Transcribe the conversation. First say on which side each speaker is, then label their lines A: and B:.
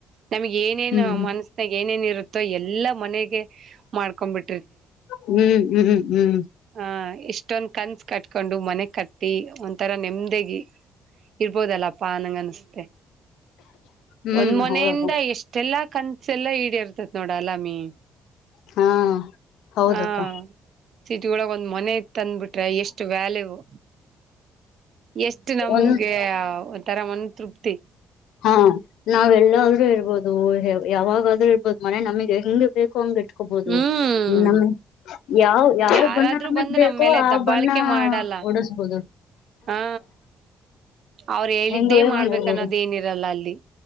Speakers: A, on the right; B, on the left.
A: ನಮಗೆ ಏನೇನೋ
B: ಹ್ಮ್
A: ಮನಸನ್ಯಾಗ ಏನೇನೋ ಇರುತ್ತೋ ಎಲ್ಲಾ ಮನೆಗೆ ಮಾಡ್ಕೊಬಿಟ್.
B: ಹು ಹು ಹು
A: ಹ ಇಷ್ಟೊಂದ ಕನ್ಸ್ ಕಟ್ಕೊಂಡು ಮನೆ ಕಟ್ಟ್. ಟ್ಟಿ ಒಂಥರಾ ನೆಮ್ಮದಿಗಿ ಇರ್ಬೋದಲ್ಲಪ್ಪಾ ಅನಂಗ ಅನಸ್ತೆ.
B: ಹ್ಮ್
A: ಒಂದ ಮನೆಯಿಂದ
B: ಹೌದಕ್ಕ
A: ಎಷ್ಟೆಲ್ಲಾ ಕನ್ಸ ಎಲ್ಲಾ ಈಡೆರ್ತತ್ ನೋಡ ಅಲ್ಲಾಮ್ಮಿ.
B: ಹಾ ಹೌದಕ್ಕ
A: ಹಾ ಸಿಟಿ ಒಳಗ ಒಂದ್ ಮನೆ ಇತ್ತ ಅಂದ್ಬಿಟ್ರೆ ಎಷ್ಟು ವ್ಯಾಲ್ಯವು. ಎಷ್ಟು ನಮ್ಗೆ
B: ಒಂದ್
A: ಒಥರಾ ಮನ್ ತೃಪ್ತಿ.
B: ಹಾ ನಾವೆಲ್ಲೂದ್ರು ಇರ್ಬೋದು ಯಾವಾಗಾದ್ರೂ ಇರ್ಬೋದು ಮನೆ ನಮಗೆ ಹೆಂಗೆ. ಬೇಕೋ ಹಂಗ ಇಟ್ಕೊಬಹುದು
A: ಹ್ಮ್
B: ನಮ್ಮ ಯಾವ ಯಾವ
A: ಯಾರಾದ್ರೂ
B: ಬಣ್ಣ ನಮಗ
A: ಬಂದು
B: ಬೇಕೋ
A: ನಮ್ ಮೇಲೆ
B: ಆ
A: ದಬ್ಬಾಳಿಕೆ
B: ಬಣ್ಣಾ
A: ಮಾಡಲ್ಲ
B: ಹೂಡಸ್ಬೋದು.
A: ಹಾ ಅವರ ಹೇಳಿದ್ದೇ
B: ಹೆಂಗ ಬೇಕಂಗ
A: ಮಾಡ್ಬೇಕನ್ನೋದ
B: ಇರ್ಬೋದು
A: ಏನ ದಲ್ಲಾ ಅಲ್ಲಿ